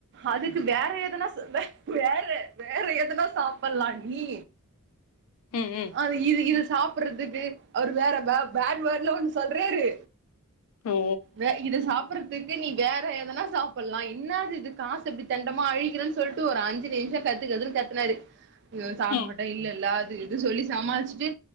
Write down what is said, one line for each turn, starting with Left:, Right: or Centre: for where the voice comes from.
Right: அதுக்கு வேற எதனா வேற வேற எதுனா சாப்பட்லா டி
Left: ம் ம் ம்
Right: அ இது இது சாப்பட்றதுக்கு அவரு வேற வ பேட் வேட்லா ஒன்னு சொல்றாரு
Left: ஓ
Right: வே இத சாப்பட்றதுக்கு நீ வேற எதனா சாப்பிட்லா என்னாது இது காச இப்டி தெண்டமா அழிகிறன்னு சொல்ட்டு ஒரு அஞ்சு நிமிஷோ கத்துகத்துன்னு கத்துனாரு ஐய்யோ சாப்டமாட்ட
Left: ம்
Right: இல்லல்ல இது இது சொல்லி சமாளிச்சுட்டு